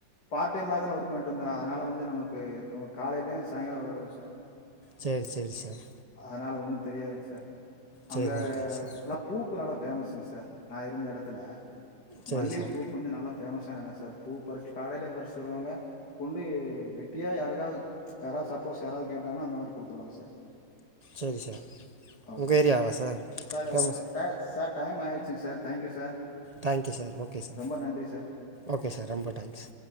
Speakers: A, on the left (about 60°); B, on the right (about 85°).
A: பார்ட் டைம் தானே ஒர்க் பயிட்டுந்தன் அதனால வந்து நமக்கு காலைலுல் சாயங்காலம் விளையாடும் சார்
B: சரி சரி சார்
A: அதனால்ல ஒன்றும் தெரியாது சார் அங்கே
B: சரி ஓகே சார்
A: நல்லா பூக்கு நல்லா ஃபேமஸ்ங்க சார் நான் இருந்த இடத்துல
B: சரி
A: மல்லிகைப்பூக்கு
B: சார்
A: வந்து நல்லா ஃபேமஸான இடம் சார் பூ பறிஸ்டு காலையிலயு ப றிஸ்டு வருவாங்க கொண்டு வெட்டியா யாருக்காது யாராவது சப்போஸ் யாராது கேட்டாங்கனா அந்த மாரி குடுத்துருவாங்க சார்
B: சரி சார்
A: ஓகே
B: உங்கள் ஏரியாவா
A: சார் சாரு
B: ஃபேமஸ்
A: டய சா டைம் <unintelligible> செரி sir thank you sir
B: thank you sir okay sir
A: ரொம்ப நன்றி சார்
B: ஓகே சார் ரெம்ப தேங்க்ஸ்